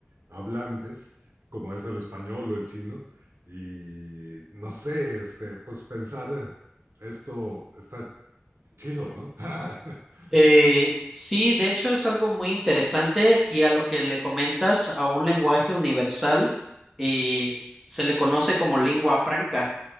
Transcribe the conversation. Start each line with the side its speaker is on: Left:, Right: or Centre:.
Right: hablantes, como es el español o el chino. Y no sé, este, pues pensar eh, esto está chido, ¿no? <laughs>
Centre: Eh, sí, de hecho es algo muy interesante y a lo que le comentas a un lenguaje universal eh, se le conoce como lengua franca.